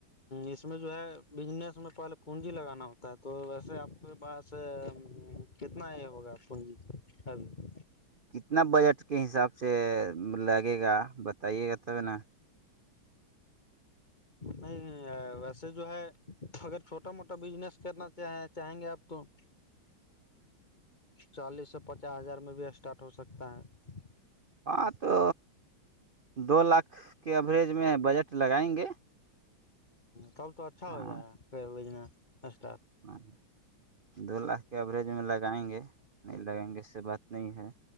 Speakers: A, on the left (about 25°); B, on the right (about 60°).
A: اس میں جو ہے بجنس میں پہلے پنجی لگانا ہوتا ہے تو ویسے آپ آپ کے پاس کتنا یہ ہوگا پونجی ابھی
B: اتنا بجٹ کے حساب سے لگے گا بتائیے گا تب نا
A: نہیں ویسے جو ہے اگر چھوٹا موٹا بزنس کرنا چاہیں چاہیں گے آپ تو چالیس سے پچاس ہزار میں بھی اسٹارٹ ہو سکتا ہے
B: ہاں تو دو لاکھ کے ایوریج میں بجٹ لگائیں گے
A: تب تو اچھا
B: ہاں
A: ہو جائے گا بزنس اسٹاٹ
B: ہاں دو لاکھ کے ایوریج میں لگائیں گے نہیں لگائیں گے اس سے بات نہیں ہے